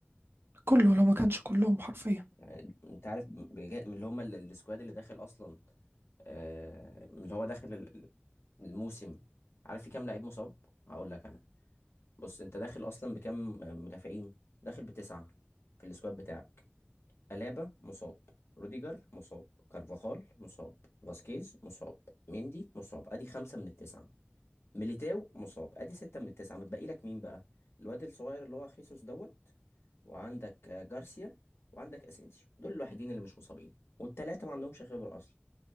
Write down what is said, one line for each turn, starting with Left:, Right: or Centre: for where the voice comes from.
Right: كله لو ما كانش كلهم حرفيا
Left: يعني انت عارف بجا- من اللي هم ال- السكواد اللي داخل اصلا آه من اللي هو داخل ال- ال- الموسم عارف في كام لعيب مصاب هقول لك انا بص انت داخل اصلا بكام مدافعين داخل بتسعة في السكواد بتاعك ألابا مصاب روديجر مصاب كارفاخال مصاب فاسكيز مصاب ميندي مصاب ادي خمسة من التسعة ميليتاو مصاب ادي ستة من التسعة متبقي لك مين بقى الواد الصغير اللي هو خيسوس دوت وعندك آه، جارسيا وعندك اسينسيو دول الوحيدين اللي مش مصابين والتلاتة ما عندهمش خبرة اصلا